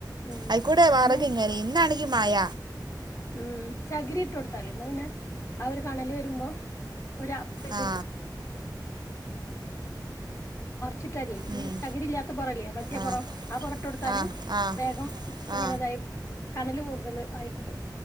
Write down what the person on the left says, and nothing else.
ഉം
അങ്ങനെ
ഉം ചകിരി ഇട്ട് കൊടുത്താലേ എന്നാ പിന്നെ അവര് കണല് വരുമ്പോ ഒണ്ട്
ചിട്ടത
ഈ തകിരില്ലാത്ത പുൊറല്ലേ മറ്റേ
പുൊറം ആ പുൊറട്ടെടുത്താല്
വേഗം
ഇങ്ങനെതായ കനല് കൂടുതൽ ആയി കിട്ടും